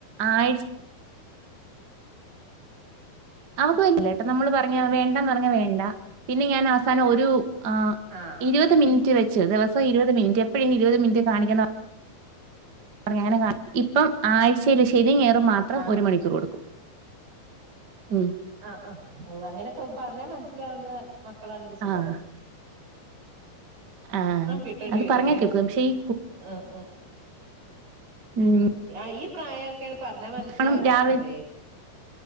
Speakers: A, on the right (about 45°); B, on the right (about 90°).
A: ആഴ് അവക്ക വല്ല ട്ടോ നമ്മള് പറഞ്ഞ വേണ്ടന്ന് പറഞ്ഞ വേണ്ട പിന്നെ ഞാൻ അവസാനം ഒരു ആ
B: ആഹ്
A: ഇരുപത് മിനിറ്റ് വെച്ച് ദിവസം ഇരുപത് മിനിറ്റ് എപ്പഴും ഇരുപത് മിനിറ്റ് കാണിക്ക പറഞ്ഞ അങ്ങനെ കാ ഇപ്പം ആഴ്ചയില് ശനി ഞായറും മാത്രം
B: ആഹ്
A: ഒരു മണിക്കൂർ കൊടുക്കും ഉം
B: ആഹ് ആഹ് അങ്ങനെക്കെ പറഞ്ഞാ മനസ്സിലാവുന്ന മക്കളാണെങ്കി സുഖാട്ടൊ
A: ആഹ് ആഹ്
B: കിട്ടേണ്ടി
A: അത്
B: വരും
A: പറഞ്ഞാ
B: അല്ലേ
A: കേക്കും പക്ഷേ ഈ
B: ആഹ്
A: ഉം
B: ആഹ് ഈ പ്രായൊക്കേണ് പർഞ്ഞ മനസ്സിലാവാത്തത്
A: കാരണം രാവിലെ